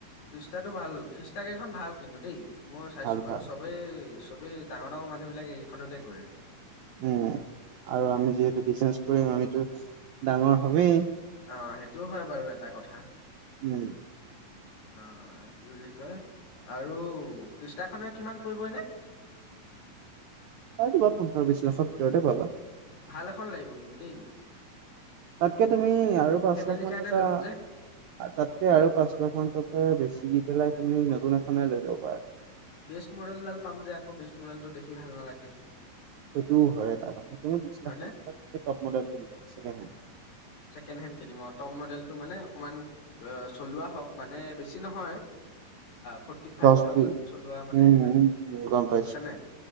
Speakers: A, on the left (about 80°); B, on the right (about 80°).
A: খিষ্টাটো ভাল খিষ্টা গাড়ীখন ভাল কিন্তু দেই মই চাইছো
B: ভাল
A: বাৰু
B: ভাল
A: চবেই চবেই ডাঙৰ ডাঙৰ মানুহবিলাকে এইখনতে ঘূৰে
B: উম আৰু আমি যিহেতু বিজনেচ কৰিম আমিতো ডাঙৰ হমেই
A: অ সেইটোও হয় বাৰু এটা কথা
B: উম
A: অ কি বুলি কয় আৰু কৃষ্টাখনে কিমান পৰিব এনে <inaudible>
B: পাই যাবা পোন্ধৰ বিশ লাখৰ ভিতৰতে পাবা
A: ভাল এখন লাগিব কিন্তু দেই
B: তাতকে তুমি আৰু পাঁচ
A: ফেমিলিৰ
B: লাখ মান
A: কাৰণে
B: টকা
A: ল'ম যে
B: তাতকে আৰু পাঁচ লাখ মান টকা বেছি দি পেলাই তুমি নতুন এখনে লৈ লব পাৰা
A: বেচ মডেলডাল পাম যে আকৌ বেচ মডেলটো দেখি ভাল নালাগে
B: সেইটো হয় এটা কথা তুমি বিছনাখন
A: হয়নে
B: টপ মডেলটো লোৱা ছেকেড হেণ্ড।
A: ছেকেণ্ড হেড কিনিম টপ মডেলটো মানে অকণমান চলোৱা হওক মানে বেছি নহয়। ফৰ্টি
B: হেণ্ড
A: ফাইভ
B: দহ
A: থাউজেন্ড
B: বি
A: চলোৱা মানে
B: উম,
A: ইমান
B: উম, গম পাইছো,
A: বুছানে?